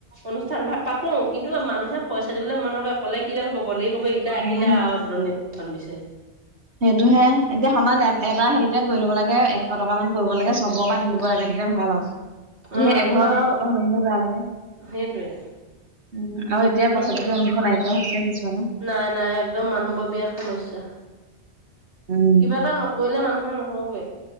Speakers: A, on the right; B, on the right.
A: অনুষ্ঠান ভাগ পাতো কিন্তু মানুহে পইচা দিবলৈ মন নকৰে। ক'লে কিদাল হ'ব গ'লে ক'ব এইকেইটা
B: অ'
A: আহিলে আৰু দলেচন বিচাৰি।
B: সেইটো হে এতিয়া সমান এবাৰ হেৰিতে। কৰি ল'ব লাগে এশ টকা মান কৰিব লাগে চবৰ পৰা তুলিব লাগে তেতিয়া ভাল আৰু।
A: অ
B: দে
A: সেইটো
B: এঘৰৰ
A: আৰু
B: বেছিকৈ হ'লে বেয়া লাগে।
A: সেইটোৱে
B: উম আৰু এতিয়া
A: ইমান
B: পইচা পাতি মানুহবোৰ নাইকিয়া হৈছে কিছুমানৰ।
A: নাই নাই একদম মানুহবোৰ বিৰাট সমস্যা।
B: উম।
A: কিবা এটা নকৰিলে মানুহৰ নহবই।